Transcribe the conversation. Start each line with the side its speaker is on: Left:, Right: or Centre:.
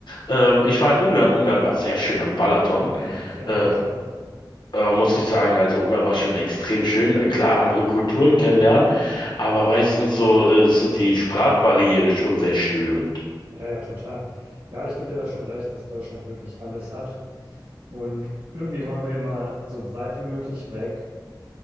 Left: Ähm, ich war in Ungarn. Ungarn war sehr schön am Balaton.
Right: Ah, okay,
Left: Äh,
Right: wie schön.
Left: äh, muss ich sagen, also Ungarn war schon extrem schön. Äh, Klar, andere Kulturen kennenlernen, aber meistens so äh, ist so die Sprachbarriere schon sehr störend.
Right: Ja, ja, total. Ja, ich gebe dir da schon recht, dass Deutschland wirklich alles hat. Und irgendwie wollen wir immer so weit wie möglich weg.